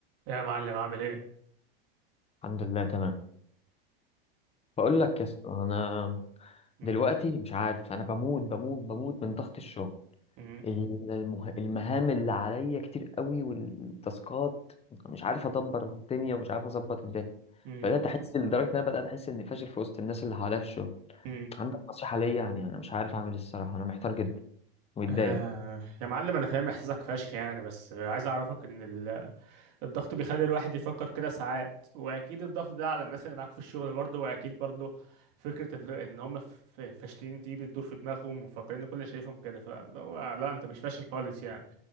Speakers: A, on the right; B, on the left.
A: يا معلم عامل ايه؟
B: الحمد لله تمام بقول لك يا اسطى انا
A: م-
B: دلوقتي مش عارف انا بموت بموت بموت من ضغط الشغل
A: م-
B: ال- المه... المهام اللي عليا كتير قوي والتاسكات مش عارف ادبر الدنيا ومش عارف اظبط الدنيا
A: م-
B: بدات احس لدرجه ان انا بدات احس اني فاشل في وسط الناس اللي حواليا في الشغل
A: م.
B: عندك نصيحه ليا يعني انا مش عارف اعمل إيه الصراحه انا محتار جدا ومتضايق
A: آه يا معلم انا فاهم احساسك فشخ يعني بس آه، عايز اعرفك ان ال- الضغط بيخلي الواحد يفكر كده ساعات واكيد الضغط ده على الناس اللي معاك في الشغل برضه واكيد برضه فكرة ال- ان هم ف- ف- فاشلين دي بتدور في دماغهم وفاكرين إن كل اللي شايفهم كده فاللي هو لا انت مش فاشل خالص يعني